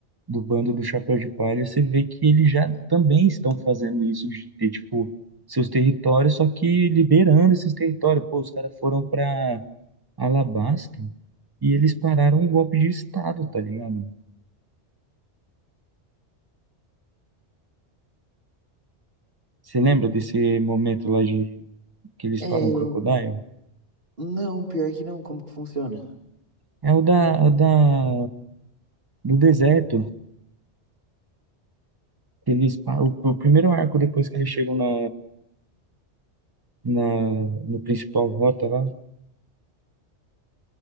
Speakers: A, on the right; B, on the right.
A: do bando do Chapéu de Palha, você vê que eles já também estão fazendo isso de ter, tipo, seus territórios, só que liberando esses territórios. Pô, os caras foram pra Alabasta e eles pararam um golpe de Estado, tá ligado? Você lembra desse momento lá de que eles
B: É,
A: param o
B: eu.
A: Crocodile?
B: Não, pior que não, como que funciona?
A: É o da, o da do deserto. que Eles, pa- o, o primeiro arco depois que eles chegam na, na, no principal rota lá,